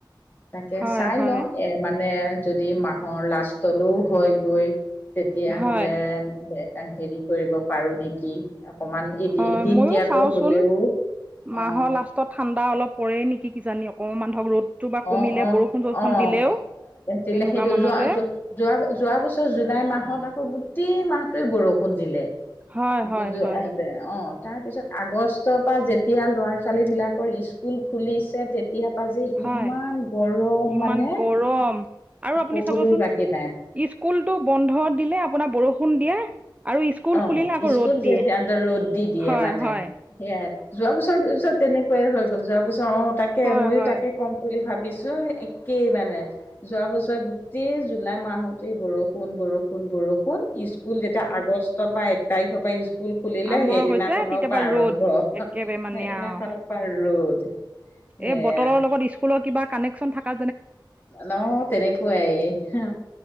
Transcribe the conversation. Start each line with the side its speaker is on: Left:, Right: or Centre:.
Left: তাকে
Right: হয়
Left: চাই
Right: হয়
Left: লওঁ এ মানে যদি মাহৰ লাষ্টলৈও হয় গৈ তেতিয়া
Right: হয়
Left: হ'লে হেৰি কৰিব পাৰো নেকি? অকমান এদিন
Right: হয়।
Left: দিনতীয়াকৈ
Right: ময়ো চাওচোন
Left: হলেও
Right: মাহৰ
Left: অ
Right: লাষ্টত ঠাণ্ডা অলপ পৰে নেকি কিজানি অকমান মানুহক ৰ'দটো বা
Left: অ
Right: কমিলে
Left: অ
Right: বৰষুণ-চৰষুণ
Left: অ
Right: দিলেও।
Left: সেইটো
Right: তেনেকুৱা মানতে
Left: যোৱা-যোৱা-যোৱা বছৰ জুলাই মাহত আকৌ গোটেই মাহ ত বৰষুণ দিলে
Right: হয়
Left: <unintelligible>
Right: হয় হয়
Left: অ। তাৰ পিছত আগষ্টৰ পৰা যেতিয়া ল'ৰা ছোৱালী বিলাকৰ স্কুল খুলিছে তেতিয়াৰ পা যে
Right: হয়
Left: ইমান গৰম
Right: ইমান
Left: মানে
Right: গৰম আৰু আপুনি
Left: কবলৈ
Right: চাবচোন
Left: বাকী নাই
Right: স্কুলতটো বন্ধ দিলে আপোনাৰ বৰষুণ দিয়ে, আৰু স্কুল
Left: অ
Right: খুলিলে আকৌ
Left: স্কুল
Right: ৰ'দ
Left: যেতিয়া
Right: দিয়ে
Left: এটা ৰ'দ দি দিয়ে
Right: হয়
Left: মানে
Right: হয়।
Left: সেয়াই যোৱা বছৰ পিছত তেনেকুৱাই হৈ গ'ল যোৱা বছৰ অ তাকে
Right: হয়
Left: ময়ো তাকে ক'ম। বুলি ভাবিছো। একেই মানে, যোৱা বছৰ গোটেই জুলাই মাহতেই বৰষুণ-বৰষুণ-বৰষুণ স্কুল যেতিয়া আগষ্টৰ পৰা এক তাৰিখৰ পৰা ইছ স্কুল খুলিলে
Right: আৰম্ভ
Left: সেইদিনাখনৰ
Right: হৈছে তেতিয়াবা
Left: পৰা
Right: ৰ'দ
Left: আৰম্ভ
Right: একেবাৰে মানে
Left: সেইদিনাখনৰ
Right: আৰু
Left: পৰা ৰ'দ। সেয়া
Right: এই বতৰৰ লগত স্কুলৰ কিবা কানেকশন থাকা
Left: ন তেনেকুৱাই অ